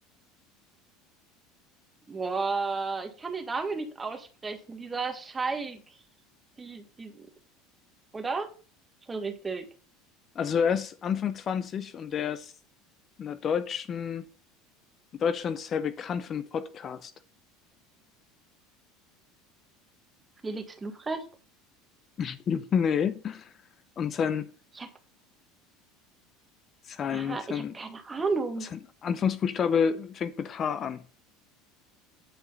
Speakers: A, on the right (about 20°); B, on the left (about 35°).
A: Boah, ich kann den Namen nicht aussprechen. Dieser Scheik. Die, die, oder? Schon richtig.
B: Also er ist Anfang 20 und er ist in der deutschen, in Deutschland sehr bekannt für einen Podcast.
A: Felix Lufrecht?
B: <laughs> Nee. Und sein,
A: Ich hab,
B: sein,
A: ah,
B: sein,
A: ich hab keine Ahnung.
B: sein Anfangsbuchstabe fängt mit H an.